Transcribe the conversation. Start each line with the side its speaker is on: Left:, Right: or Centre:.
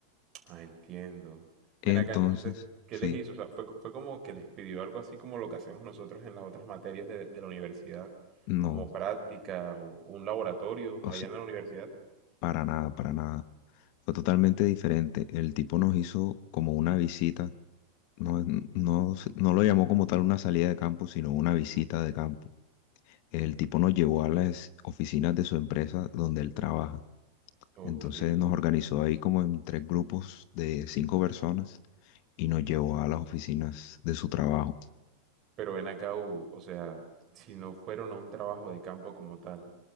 Right: Ah, entiendo. Ven
Left: Entonces,
Right: acá entonces, ¿qué
Left: sí,
Right: les hizo? O sea, fue, fue como que les pidió algo así como lo que hacemos nosotros en las otras materias de, de la universidad,
Left: no,
Right: como práctica o un laboratorio
Left: o
Right: allá
Left: s-
Right: en la universidad.
Left: para nada, para nada. Fue totalmente diferente. El tipo nos hizo como una visita, no, es- no, se- no lo llamó como tal una salida de campo, sino una visita de campo. El tipo nos llevó a las oficinas de su empresa donde él trabaja.
Right: Ok.
Left: Entonces nos organizó ahí como en tres grupos de cinco personas y nos llevó a las oficinas de su trabajo.
Right: Pero ven acá, Hugo, o sea, si no fueron a un trabajo de campo como tal,